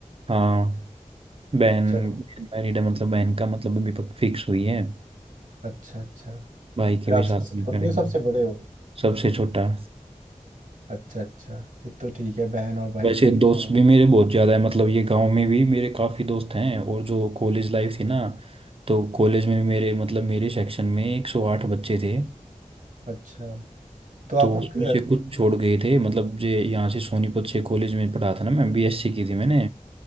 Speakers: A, on the right; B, on the right.
A: हाँ बहन
B: चलो
A: मैरिड है मतलब बहन का मतलब अभी फिक्स हुई है
B: अच्छा अच्छा
A: भाई
B: फिर
A: के भी
B: आप
A: साथ
B: सबसे छोटे
A: भी करेंगे
B: हो सबसे बड़े हो
A: सबसे छोटा
B: अच्छा अच्छा फिर तो ठीक है बहन और भाई
A: वैसे
B: की
A: दोस्त भी मेरे बहुत ज़्यादा है मतलब ये गांव में भी मेरे काफ़ी दोस्त हैं और जो कॉलेज लाइफ थी ना तो कॉलेज में भी मेरे मतलब मेरे सेक्शन में 108 बच्चे थे
B: अच्छा तो आप
A: तो उसमें
B: अ,
A: से कुछ छोड़ गए थे मतलब जे यहाँ से सोनीपत से कॉलेज में पढ़ा था ना मैं बीएससी की थी मैंने